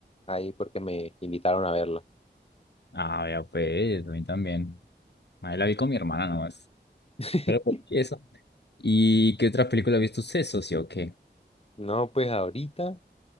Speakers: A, on the left (about 35°); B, on the left (about 70°).
A: ahí porque me invitaron a verla.
B: Ah, ya pues, a mí también. Ahí la vi con mi hermana nomás.
A: <laughs>
B: Pero pues, ¿y eso? ¿Y qué otra película ha visto usted, socio? ¿O qué?
A: No, pues ahorita.